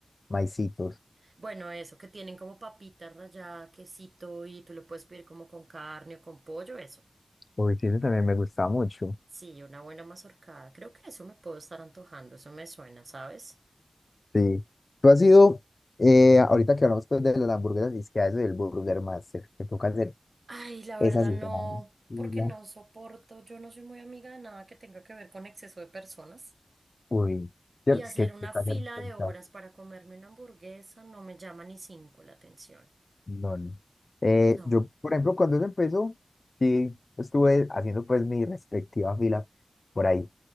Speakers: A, on the left (about 50°); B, on the right (about 65°).
A: maicitos.
B: bueno, eso, que tienen como papita rallada, quesito y tú lo puedes pedir como con carne o con pollo, eso.
A: Uy, sí, eso también me gusta mucho.
B: Sí, una buena mazorcada. Creo que eso me puedo estar antojando, eso me suena, ¿sabes?
A: Sí. Tú has ido, eh, ahorita que hablamos pues de las hamburguesas, y es que a eso del Burger Master, que toca hacer
B: Ay, la verdad
A: esas y
B: no,
A: esas, y
B: porque
A: las-
B: no soporto, yo no soy muy amiga de nada que tenga que ver con exceso de personas.
A: Uy, ¿Cierto?
B: Y hacer
A: es que
B: una
A: toca
B: fila
A: hacer un
B: de horas para comerme una hamburguesa no me llama ni cinco la atención.
A: No, no. Eh,
B: No,
A: yo, por ejemplo, cuando eso empezó, sí, estuve haciendo pues mi respectiva fila por ahí,